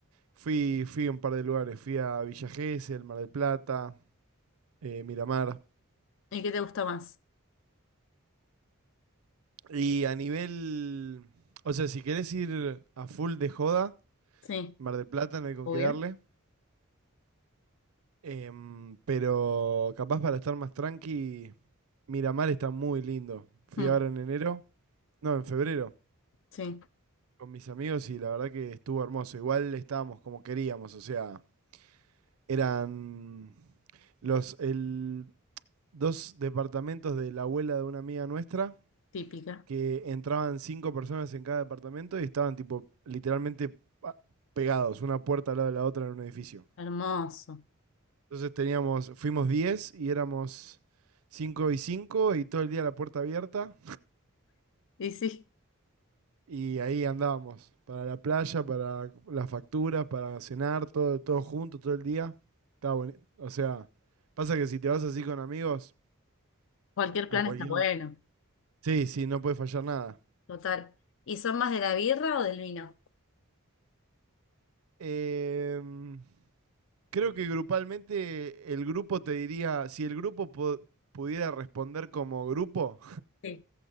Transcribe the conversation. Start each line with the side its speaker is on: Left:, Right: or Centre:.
Right: fui, fui a un par de lugares. Fui a Villa Gesell, Mar del Plata, eh, Miramar.
Left: ¿Y qué te gusta más?
Right: Y a nivel, o sea, si querés ir a full de joda,
Left: Sí,
Right: Mar del Plata no hay con
Left: obvio.
Right: qué darle. Em, pero capaz para estar más tranqui, Miramar está muy lindo. Fui
Left: mm,
Right: ahora en enero, no, en febrero,
Left: sí,
Right: con mis amigos y la verdad que estuvo hermoso. Igual estábamos como queríamos, o sea, eran los el, dos departamentos de la abuela de una amiga nuestra
Left: típica.
Right: que entraban cinco personas en cada departamento y estaban tipo literalmente pa- pegados, una puerta al lado de la otra en un edificio.
Left: Hermoso.
Right: Entonces teníamos, fuimos 10 y éramos 5 y 5 y todo el día la puerta abierta
Left: Y sí,
Right: y ahí andábamos, para la playa, para las facturas, para cenar, todo, todo junto, todo el día. Estaba bueno. O sea, pasa que si te vas así con amigos,
Left: cualquier plan
Right: a cualquier...
Left: está bueno.
Right: la- Sí, sí, no puede fallar nada.
Left: Total. ¿Y son más de la birra o del vino?
Right: Em, Creo que grupalmente el grupo te diría, si el grupo po- pudiera responder como grupo,
Left: Sí,